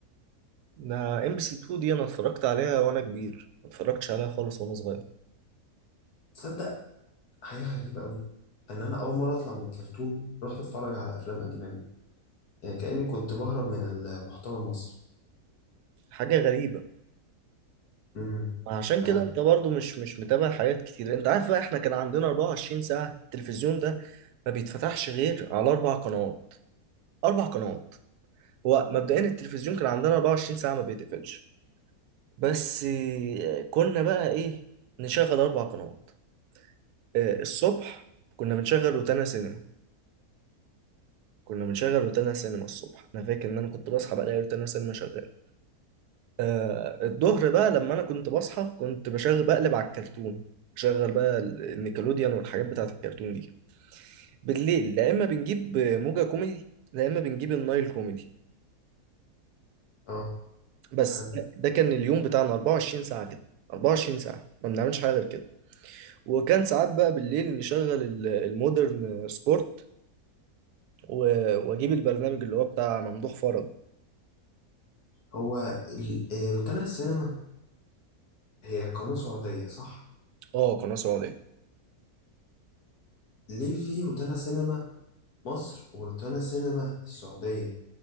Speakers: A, on the right; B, on the left.
A: انا ام بي سي 2 دي انا اتفرجت عليها وانا كبير ما اتفرجتش عليها خالص وانا صغير
B: تصدق حاجة غريبة قوي ان انا اول مرة اطلع من الكرتون رحت اتفرج على افلام اجنبي يعني كأني كنت بهرب من المحتوى المصري
A: حاجه غريبه
B: امم
A: عشان
B: فعلا
A: كده انت برضو مش مش متابع حاجات كتير انت عارف بقى احنا كان عندنا 24 ساعه التلفزيون ده ما بيتفتحش غير على اربع قنوات اربع قنوات هو مبدئيا التلفزيون كان عندنا 24 ساعه ما بيتقفلش بس آه، كنا بقى ايه نشغل اربع قنوات آه، الصبح كنا بنشغل روتانا سينما كنا بنشغل روتانا سينما الصبح انا فاكر ان انا كنت بصحى بلاقي روتانا سينما شغال آه الظهر بقى لما انا كنت بصحى كنت بشغل بقلب على الكرتون شغل بقى النيكلوديان والحاجات بتاعت الكرتون دي بالليل لا اما بنجيب موجة كوميدي لا اما بنجيب النايل كوميدي
B: اه
A: بس
B: حلو
A: ده ده كان اليوم بتاعنا 24 ساعة كده 24 ساعة ما بنعملش حاجة غير كده وكان ساعات بقى بالليل نشغل ال- المودرن سبورت و- واجيب البرنامج اللي هو بتاع ممدوح فرج
B: هو ال- آه، روتانا السينما هي قناة سعودية صح
A: اه قناة سعودية
B: ليه في روتانا سينما مصر وروتانا سينما السعودية